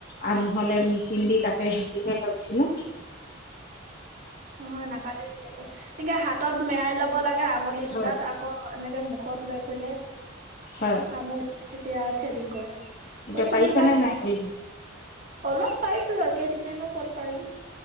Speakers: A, on the left; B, on the right.
A: আৰু নহলে মেচিন দি কাটে। কিহে কৰিছিলো
B: অহ নাকাতে বিলতে এনেকে হাতত মেৰাাই লব লাগে আঙুলি
A: হয়,
B: দুটাত আকৌ মুখত লৈ পেলাই
A: হয়,
B: কামুৰি তেতিয়া থ্ৰেডিং কৰে।
A: এতিয়া
B: প চুলি
A: পাৰিছানে
B: কাত
A: নাই কৰিব?
B: অলপ পাইছো। একেইদিননো ক'ত পাৰিম।